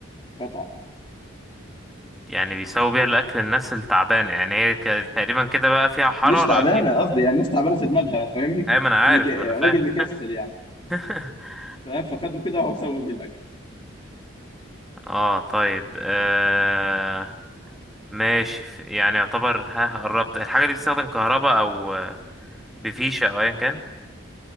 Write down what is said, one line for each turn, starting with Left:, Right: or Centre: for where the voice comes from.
Left: قطعا
Centre: يعني بيسوي بيها الأكل الناس التعبانة يعني هي ك- تقريبا كده بقى فيها حرارة
Left: مش تعبانه
Centre: أكيد
Left: قصدي يعني الناس تعبانه في دماغها فاهمني
Centre: أيوة ما أنا
Left: <laughs>
Centre: عارف
Left: مك... راجل
Centre: ما أنا فاهم
Left: مكسل يعني
Centre: <laughs>
Left: فاهم فخده كده وهو سوى بيه الاكل
Centre: اه طيب آه... ماشي ف- يعني يعتبر ها قربت الحاجة دي بتستخدم كهرباء أو آه، بفيشة أو أيا كان